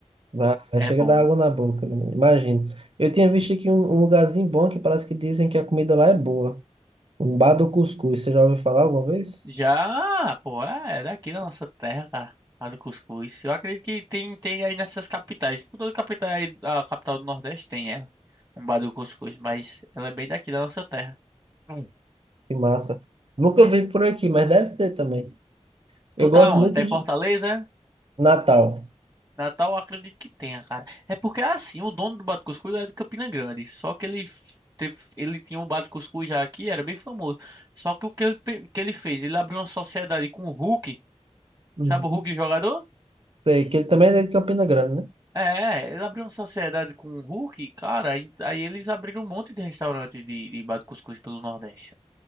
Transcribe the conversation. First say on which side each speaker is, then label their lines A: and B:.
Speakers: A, on the right; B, on the right.
A: Vai, vai,
B: é
A: chega
B: bom.
A: da água
B: hein?
A: na boca, menino. Imagina. Eu tinha visto aqui um, um lugarzinho bom que parece que dizem que a comida lá é boa. Um bar do cuscuz, você já ouviu falar alguma vez?
B: Já, pô, é, é daqui da nossa terra, cara. A do cuscuz. Eu acredito que tem, tem aí nessas capitais. Toda capital aí, a capital do Nordeste tem ela. Um bar do cuscuz, mas ela é bem daqui da nossa terra. Hum.
A: Que massa. Nunca vi por aqui, mas deve ter também.
B: Tu
A: Eu gosto
B: tá onde?
A: muito
B: Tá em
A: de
B: Fortaleza?
A: Natal.
B: Natal eu acredito que tenha, cara. É porque é assim, o dono do Bate Cuscuz é de Campina Grande. Só que ele f- teve, ele tinha um Bate Cuscuz já aqui, era bem famoso. Só que o que ele, pe- que ele fez? Ele abriu uma sociedade com o Hulk.
A: Uhum.
B: Sabe o Hulk jogador?
A: Sei, que ele também é de Campina Grande, né?
B: É, ele abriu uma sociedade com o Hulk, cara. Aí aí eles abriram um monte de restaurante de, de Bate Cuscuz pelo Nordeste.